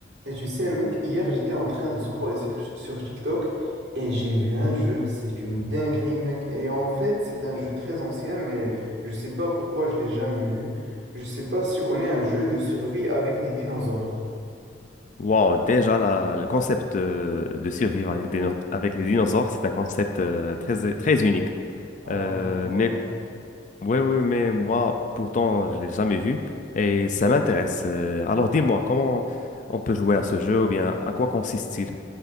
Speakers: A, on the right (about 70°); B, on the left (about 40°).
A: Et tu sais, mec, hier j'étais en train de scroller sur, sur TikTok et j'ai vu un jeu. C'est une dinguerie, mec. Et en fait, c'est un jeu très ancien, mais je sais pas pourquoi je l'ai jamais vu. Je sais pas si tu connais un jeu de survie avec des dinosaures.
B: Wow, déjà la- le concept euh, de survivre avec, des, dino- avec les dinosaures, c'est un concept euh, très, très unique.
A: Alors,
B: Euh,
A: on en voit pas
B: mais
A: partout.
B: ouais, ouais, mais moi, pourtant, je l'ai jamais vu et ça m'intéresse. Euh, alors dis-moi, comment on peut jouer à ce jeu ou bien à quoi consiste-t-il?